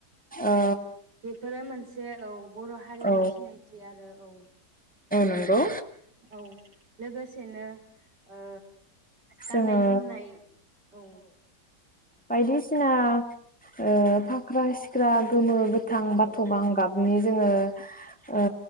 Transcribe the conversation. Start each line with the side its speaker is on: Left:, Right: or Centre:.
Centre: ओ
Right: बेफोरो मोनसे औ। बर' हारिनि
Centre: औ
Right: सिनायथि आरो औ
Centre: नंगौ
Right: औ लोगोसेनो ओ। गाननाय
Centre: जोङो
Right: जोमनाय औ।
Centre: बायदिसिना ओ फाख्रा सिख्रा गोमो गोथां
Right: औ
Centre: बाथ'
Right: औ
Centre: गां गाबनि जोङो ओ